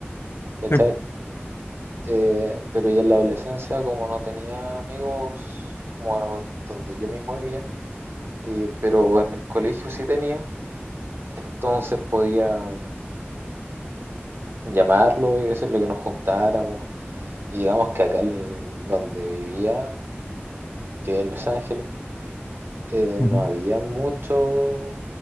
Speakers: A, on the right; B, on the left.
A: ¿cachai?
B: Sí, po.
A: Eh, pero ya en la adolescencia, como no tenía amigos como donde yo mismo vivía, eh, pero en el colegio sí tenía, entonces podía llamarlo y decirle que nos juntáramos Y digamos que acá en donde vivía, que es Los Ángeles, eh, no
B: Ujú.
A: había mucho,